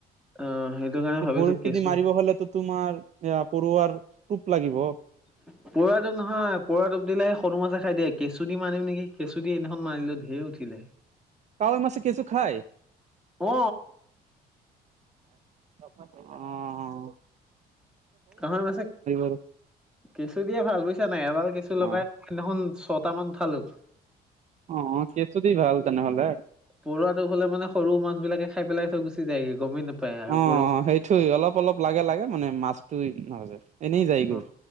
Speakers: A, in the centre; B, on the right.
A: অ সেইটো কাৰণে ভাবিছো
B: বৰশী
A: কেঁচু
B: দি মাৰিব হ'লেতো তোমাৰ এয়া পৰুৱাৰ টোপ লাগিব।
A: <unintelligible> পৰুৱা টোপ নহয়, পৰুৱাৰ টোপ দিলে সৰু মাজে খায় দিয়ে, কেঁচু দি মাৰিম নেকি, কেঁচু দি সেইদিনাখন মাৰিলে ঢেৰ উঠিলে। <unintelligible>
B: কাৱৈ মাছে কেচু খায়?
A: অ
B: অহ
A: কাবৈ মাছে,
B: আৰু
A: ৎ কেঁচু দিয়ে ভাল বুজিছানে নাই। এবাৰ কেঁচু লগাই
B: অ
A: সেইদিনাখন ছটা মান উঠালো।
B: অহ, কেচু দি ভাল তেনেহ'লে।
A: পৰুৱাটো হ'লে মানে সৰু মাছবিলাকে খায় পেলাই থৈ গুচি যায়গৈ গমেই নাপায়। আৰু
B: অহ,
A: বৰশী
B: সেইটোই অলপ-অলপ লাগে-লাগে মানে মাছটো এ নাবাজে, এনেই যায়গৈ।
A: অ